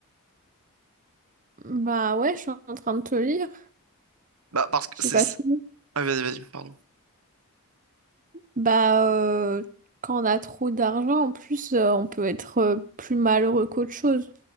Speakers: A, on the right (about 35°); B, on the right (about 80°).
A: Bah ouais, je suis en train de te lire.
B: Bah, parce que
A: J'ai
B: c'est...
A: pas fini.
B: Ah, vas-y, vas-y, pardon.
A: Bah, euh, quand on a trop d'argent, en plus, euh, on peut être euh, plus malheureux qu'autre chose.